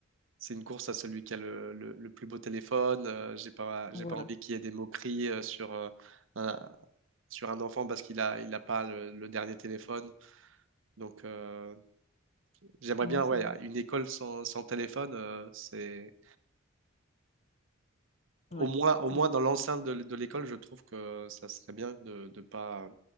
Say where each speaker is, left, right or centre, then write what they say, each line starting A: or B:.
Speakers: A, on the right; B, on the left.
A: c'est une course à celui qui a le, le, le plus beau téléphone. Euh, j'ai pas,
B: Voilà.
A: j'ai pas envie qu'il y ait des moqueries euh, sur, euh, un, sur un enfant parce qu'il a, il a pas le, le dernier téléphone. Donc, euh, j'aimerais
B: Non,
A: bien,
B: c'est
A: ouais,
B: vrai.
A: une école sans, sans téléphone, euh, c'est
B: Ouais.
A: au moins, au
B: C'est-
A: moins dans l'enceinte de, l- de l'école, je trouve que ça serait bien de ne pas,